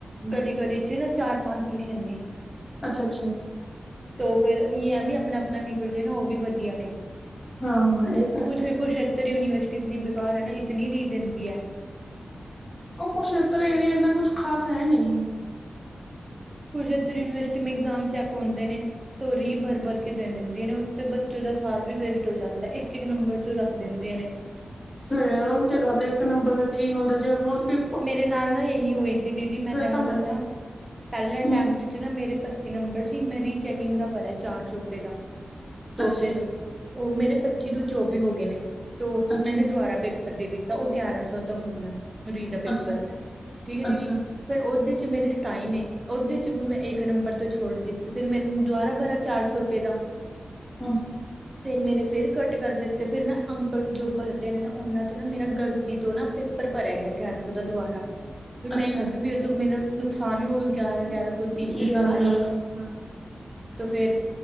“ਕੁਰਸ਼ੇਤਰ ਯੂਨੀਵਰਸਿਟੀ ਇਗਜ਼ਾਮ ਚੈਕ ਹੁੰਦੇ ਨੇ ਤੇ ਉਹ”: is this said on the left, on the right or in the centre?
Right